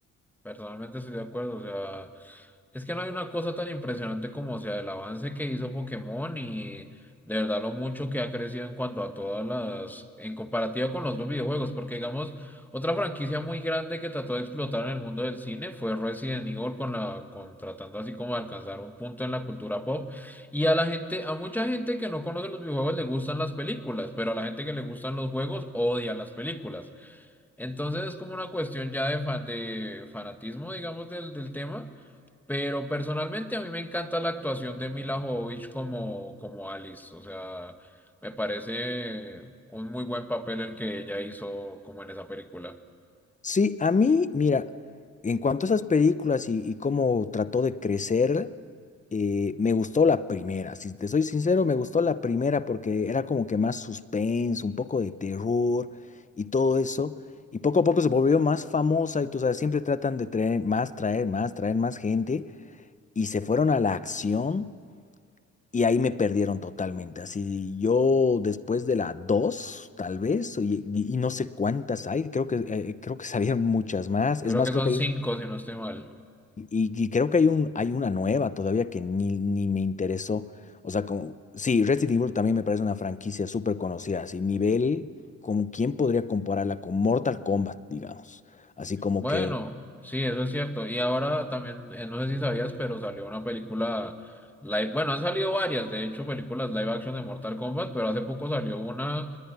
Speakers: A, in the centre; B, on the left.
A: Personalmente estoy de acuerdo, o sea, es que no hay una cosa tan impresionante como, o sea, el avance que hizo Pokémon y de verdad lo mucho que ha crecido en cuanto a todas las, en comparativa con los dos videojuegos, porque digamos, otra franquicia muy grande que trató de explotar en el mundo del cine fue Resident Evil con la, con tratando así como de alcanzar un punto en la cultura pop y a la gente, a mucha gente que no conoce los videojuegos le gustan las películas, pero a la gente que le gustan los juegos odia las películas. Entonces es como una cuestión ya de, fa- de fanatismo, digamos, del, del tema, pero personalmente a mí me encanta la actuación de Mila Jovovich como, como Alice, o sea, me parece un muy buen papel el que ella hizo como en esa película.
B: Sí, a mí, mira, en cuanto a esas películas y, y cómo trató de crecer, eh, me gustó la primera. Si te soy sincero, me gustó la primera porque era como que más suspense, un poco de terror y todo eso. Y poco a poco se volvió más famosa y tú sabes, siempre tratan de traer más, traer más, traer más gente. Y se fueron a la acción y ahí me perdieron totalmente. Así yo después de la 2 tal vez, y, y- y no sé cuántas hay, creo que, eh, eh, creo que <laughs> salieron muchas más. Es
A: Creo
B: más,
A: que son
B: creo que
A: cinco,
B: hay, un-
A: si no estoy mal.
B: y, y creo que hay, un, hay una nueva todavía que ni, ni me interesó. O sea, como, sí, Resident Evil también me parece una franquicia súper conocida, así nivel, como quién podría compararla con Mortal Kombat, digamos. Así como
A: Bueno,
B: que
A: sí, eso es cierto. Y ahora también, eh, no sé si sabías, pero salió una película live, bueno, han salido varias, de hecho, películas live action de Mortal Kombat, pero hace poco salió una